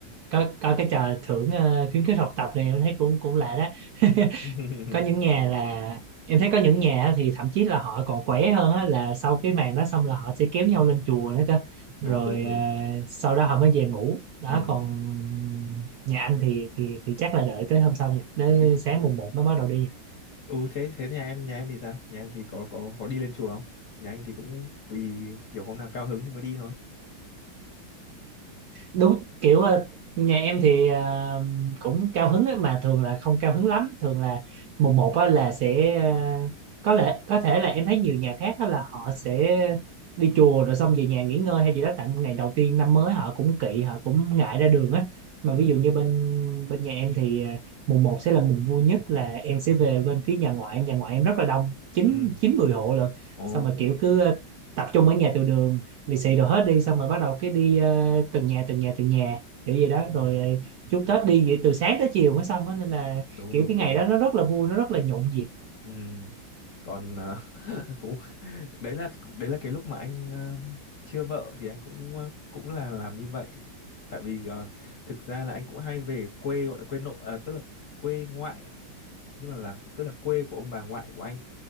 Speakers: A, on the right (about 65°); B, on the left (about 50°).
A: có có cái trò thưởng ờ, khuyến khích học tập này em thấy cũng cũng lạ đó <laughs>
B: <laughs>
A: có những nhà là em thấy có những nhà á thì thậm chí là họ còn khỏe hơn á, là sau cái màn đó xong là họ sẽ kéo nhau lên chùa nữa cơ rồi
B: đúng đúng đúng
A: ờ, sau đó họ mới về ngủ đó
B: ừ
A: còn nhà anh thì thì thì chắc là đợi tới hôm sau nha tới
B: thế
A: sáng mùng một mới bắt đầu đi
B: ừ thế thế nhà em nhà em thì sao nhà em thì có có có đi lên chùa không nhà anh thì cũng tùy kiểu hôm nào cao hứng thì mới đi thôi
A: đúng kiểu ờ, nhà em thì ờ, cũng cao hứng ấy, mà thường là không cao hứng lắm thường là mùng một á là sẽ ờ, có lẽ có thể là em thấy nhiều nhà khác đó là họ sẽ đi chùa rồi xong về nhà nghỉ ngơi hay gì đó tại ngày đầu tiên năm mới họ cũng kỵ họ cũng ngại ra đường á mà
B: ừ
A: ví dụ như bên bên nhà em thì ờ, mùng một sẽ là mùng vui nhất là em sẽ về bên phía nhà ngoại nhà ngoại em rất là đông chín
B: ừ
A: chín mười hộ lận
B: ồ
A: xong mà kiểu cứ ờ, tập trung ở nhà từ đường lì xì đồ hết đi xong rồi bắt đầu cái đi ờ, từng nhà từng nhà từng nhà kiểu gì đó rồi ờ, chúc Tết đi vậy từ sáng tới chiều mới xong á nên là
B: đúng
A: kiểu
B: đúng
A: cái
B: đúng
A: ngày đó nó rất là vui nó rất là nhộn nhịp
B: ừ còn à, <laughs> cũng đấy là đấy là cái lúc mà anh ờ, chưa vợ thì anh cũng ờ, cũng là làm như vậy tại vì ờ, thực ra là anh cũng hay về quê gọi là quê nội à, tức là quê ngoại nhưng mà là tức là quê của ông bà ngoại của anh